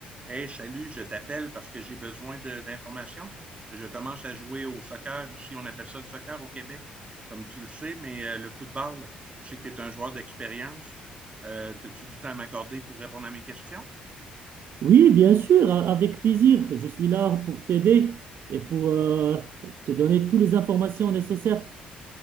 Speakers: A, on the right; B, on the right.
A: Hey, salut, je t'appelle parce que j'ai besoin de- d'informations. Je commence à jouer au soccer. Ici, on appelle ça le soccer au Québec, comme tu le sais, mais euh, le football, je sais que tu es un joueur d'expérience. Euh, as-tu du temps à m'accorder pour répondre à mes questions?
B: Oui, bien sûr, a- avec plaisir. Je suis là pour t'aider et pour euh, te donner toutes les informations nécessaires.